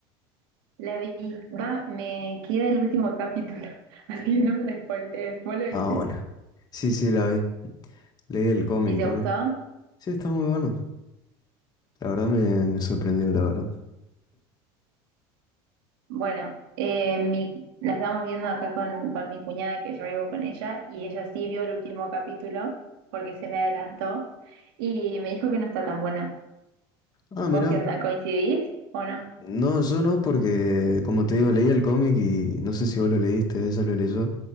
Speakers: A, on the right; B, on the left.
A: la vi. Va, me queda el último capítulo, <laughs> así que no me la spoilees. ¿Vos lo viste?
B: ah, bueno. Sí, sí, la vi. Leí el cómic
A: ¿Y te
B: también.
A: gustó?
B: Sí, está muy bueno. La verdad me, me sorprendió, la verdad.
A: Bueno, eh, mi- la estamos viendo acá con, con mi cuñada que yo vivo con ella y ella sí vio el último capítulo porque se me adelantó y me dijo que no está tan buena.
B: Ah,
A: ¿Vos
B: mira.
A: qué onda? ¿Coincidís o no?
B: No, yo no, porque como te digo, leí el cómic y no sé si vos lo leíste, ella lo leyó,